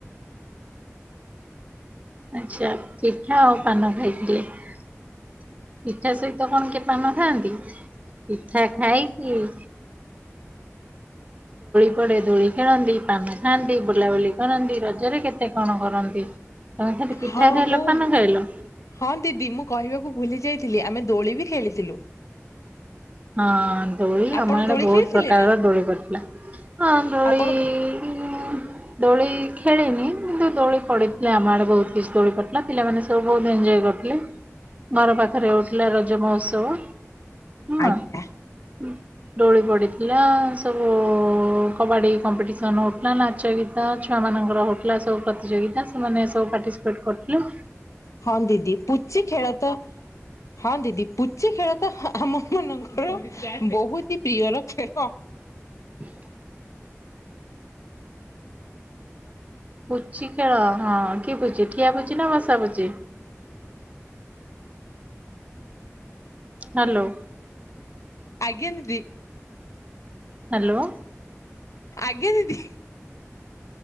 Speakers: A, on the right (about 30°); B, on the left (about 85°).
A: ଆଚ୍ଛା ପିଠା ଆଉ ପାନ ଖାଇଥିଲ ପିଠା ସହିତ କଣ କିଏ ପାନ ଖାଆନ୍ତି ପିଠା ଖାଇ ହଁ କୁଡେ ଧୋଳି ଖେଳନ୍ତି ପାନ ଖାଆନ୍ତି ବୁଲାବୁଲି କରନ୍ତି ରଜରେ କେତେ କଣ କରନ୍ତି ତମେ ଖାଲି ପିଠା
B: ହଁ
A: ଖାଇଲ
B: ମୁଁ
A: ପାନ ଖାଇଲ?
B: ହଁ ଦିଦି ମୁଁ କହିବାକୁ ଭୁଲି ଯାଇଥିଲି ଆମେ ଦୋଳି ବି ଖେଳିଥିଲୁ
A: ହଁ ଦୋଳି
B: ଆପଣ
A: ଆମ ଆଡେ
B: ଦୋଳି
A: ବହୁତ
B: ଖେଳିଥିଲେ
A: ପ୍ରକାରର
B: ନା?
A: ଦୋଳି ପଦିଥିଲା ଦୋଳି
B: ଆପଣ
A: ଦୋଳି ଖେଳିନି କିନ୍ତୁ ଦୋଳି ପଡିଥିଲେ ଆମ ଆଡେ ବହୁତ କିଛି ଦୋଳି ପଡିଥିଲାା ପିଲାମାନେ ସବୁ ବହୁତ ଏନ୍ଜୟ କରିଥିଲେ ଘର ପାଖରେ ଥିଲା ରଜ ମହୋତ୍ସବ।
B: ଆଜ୍ଞା
A: ହଁ ଡୋଳି ପଡିଥିଲା। ସବୁ କବାଡ଼ି କମ୍ପିଟିସନ ହଉଥିଲା ନାଚ ଗୀତ ଛୁଆ ମାନଙ୍କର ହଉଥିଲା ସବୁ ପ୍ରତିଯୋଗିତା ସେମାନେ ସବୁ ପାର୍ଟିସିପେଟ କରୁଥିଲେୁ।
B: ହଁ ଦିଦି ପୁଚି ଖେଳ ତ ହଁ ଦିଦି ପୁଚି ଖେଳ ତ ଆମ ମ ର <inaudible> ବହୁତ ହି ପ୍ରିୟର ଖେଳ
A: ହ <inaudible> ବୁଛି ଖେଳ ହଁ କି ବୁଝଛି। ଖଠିଆ ପୁଛି ନା ବସା ପୁଛି? ହ <inaudible> ହ୍ୟାଲୋ।
B: ଆଜ୍ଞା ଦିଦି।
A: ହ୍ୟାଲୋ।
B: ଆଜ୍ଞ ଦିଦି।